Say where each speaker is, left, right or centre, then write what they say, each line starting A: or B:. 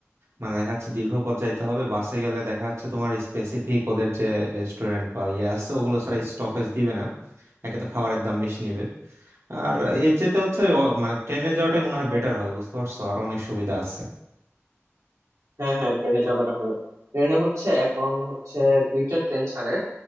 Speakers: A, on the right; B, on the right.
A: মানে দেখা যাচ্ছে দীর্ঘ পথ যাইতে হবে বাসে গেলে দেখা যাচ্ছে তোমার স্পেসিফিক ওদের যে রেস্টুরেন্ট বা ইয়ে আছে ওগুলো ছাড়া স্টপেজ দিবে না একে তো খাবারের দাম বেশি নিবে আর এর চাইতে হচ্ছে ও- মানে ট্রেনে যাওয়াটাই মনে হয় বেটার হবে বুঝতে পারছো আর অনেক সুবিধা আছে
B: হ্যাঁ হ্যাঁ ট্রেনে যাওয়াটা হবে ট্রেনে হচ্ছে এখন হচ্ছে দুইটা ট্রেন ছাড়ে